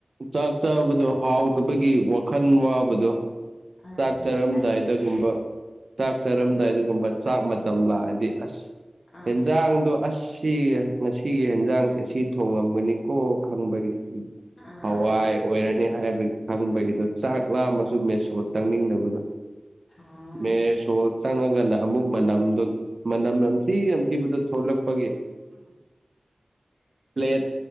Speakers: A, on the right (about 60°); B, on the left (about 80°).
A: ꯆꯥꯛ ꯆꯕꯗꯣ ꯍꯥꯎꯇ ꯕꯒꯤ ꯋꯥꯈꯜ ꯋꯥꯕꯗꯣ
B: ꯑꯥ
A: ꯆꯥꯛ ꯆꯥꯔꯝꯗꯥꯏꯗꯒꯨꯝꯕ
B: ꯑꯩꯁ
A: ꯆꯥꯛ ꯆꯥꯔꯝꯗꯥꯏꯗꯒꯨꯝꯕ ꯆꯥꯛ ꯃꯇꯝ ꯂꯥꯛꯑꯗꯤ ꯑꯁ
B: ꯑꯥ
A: ꯌꯦꯟꯖꯥꯡꯗꯣ ꯑꯁ ꯁꯤ ꯉꯁꯤꯒꯤ ꯌꯦꯟꯖꯥꯡꯁꯦ ꯁꯤ ꯊꯣꯡꯉꯝꯒꯅꯤꯀꯣ ꯈꯪꯕꯒꯤ
B: ꯑ
A: ꯍꯋꯥꯏ ꯑꯣꯏꯔꯅꯤ ꯍꯥꯏꯕꯒꯤ ꯈꯪꯕꯒꯤꯗꯣ ꯆꯥꯛ ꯂꯥꯝꯃꯁꯨ ꯃꯦꯁꯣ ꯆꯪꯅꯤꯡꯗꯕꯗꯣ
B: ꯑꯥ
A: ꯃꯦꯁꯁꯣ ꯆꯪꯉꯒꯅ ꯑꯃꯨꯛ ꯃꯅꯝꯗꯨ ꯃꯅꯝ ꯅꯝꯊꯤ ꯅꯝꯊꯤꯕꯗꯣ ꯊꯣꯛꯂꯛꯄꯒꯤ ꯄ꯭ꯂꯦꯠ